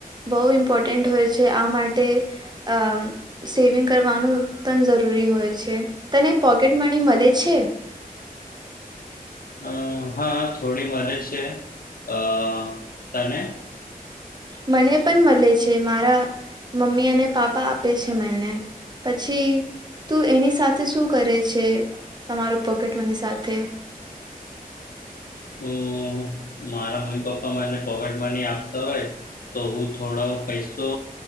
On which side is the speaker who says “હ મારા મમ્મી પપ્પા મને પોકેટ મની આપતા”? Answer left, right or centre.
Left